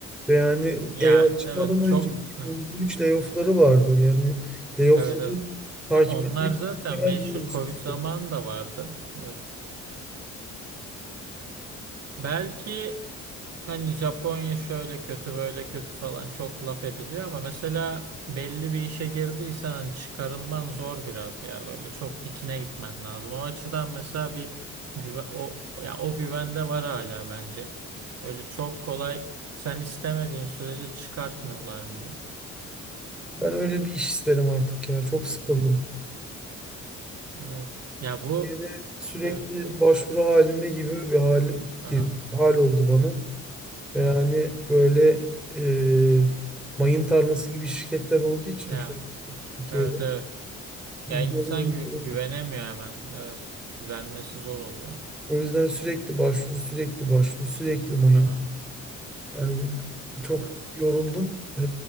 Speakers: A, in the centre; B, on the right.
A: Ve yani
B: Yani
A: AI çıkmadan
B: evet
A: önce
B: çok
A: 2023
B: evet.
A: layoff'ları vardı. Yani layoff'ları
B: Evet evet.
A: takip
B: E, onlar
A: etmek
B: zaten
A: isteyen
B: meşhur
A: gibi oluşmuştu.
B: Covid zamanı da vardı. Evet. Belki hani Japonya şöyle kötü böyle kötü falan çok laf ediliyor ama mesela belli bir işe girdiysen hani çıkarılman zor biraz ya böyle çok dikine gitmen lazım. O açıdan mesela bir güven o ya o güvende var hala bence. Öyle çok kolay sen istemediğin sürece çıkartmıyorlar gibi.
A: Ben öyle bir iş isterim artık ya. Çok sıkıldım.
B: Evet. Evet. Ya
A: Türkiye'de
B: bu
A: sürekli
B: e, evet.
A: başvuru halinde gibi bir hal,
B: Aha.
A: hal oldu bana. E, Yani
B: Evet.
A: böyle e, mayın tarlası gibi şirketler olduğu için
B: Ya
A: çok Türkiye'de
B: Evet evet. Ya
A: iyi
B: insan
A: bir yere denk
B: gü-
A: gelemiyoruz.
B: güvenemiyor hemen. Evet. Güvenmesi zor oluyor.
A: O yüzden sürekli başvuru, sürekli başvuru, sürekli mayın.
B: Aha.
A: Yani çok
B: Evet.
A: yoruldum. E,